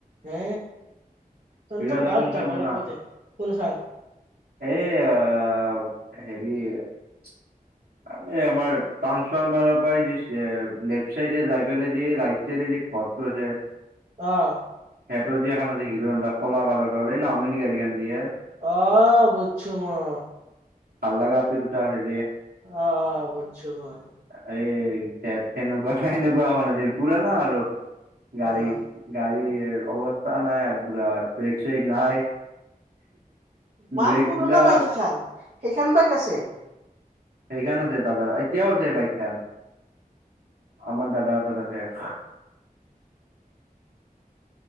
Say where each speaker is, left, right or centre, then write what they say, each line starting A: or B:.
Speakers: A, on the right (about 55°); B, on the right (about 80°).
A: হে তহতৰ
B: হণ্ডা
A: গাঁত
B: কোনখন
A: যাব
B: জানা
A: লাগিব দে কোন খান
B: এই হেৰি <unintelligible> এই আমাৰ তানঞ্চফাৰ্মাৰ <unintelligible> প লেফট চাইডে যাইফালে যি ৰাইট চাইডে যি ঘৰটো আছে <unintelligible>
A: আহ
B: সিহতৰ যি এখন আছে হিৰো হন্ধা কল কালৰ এই নঅমিন গাড়ীখন দিয়ে <unintelligible>
A: আহ বুজছো মই
B: ভাললগা আপি দুটা আছে যে
A: অ বুছো মই।
B: এই তেনেকুৱা খাই সেনেকুৱা হোৱা নাছিল পুৰনা আৰু। গাড়ী
A: অ',
B: গাড়ী। অৱস্থা নাই আৰু পুৰা ব্ৰেক চেক নাই।
A: ইমান
B: ব্ৰেক
A: পুৰণা
B: পুৰা
A: বাইক ইখান সেইখন বাইক আছে?
B: সেইখন আছে দাদাৰ এতিয়াও আছে বাইকখন। আমাৰ দাদা দাদা <unintelligible>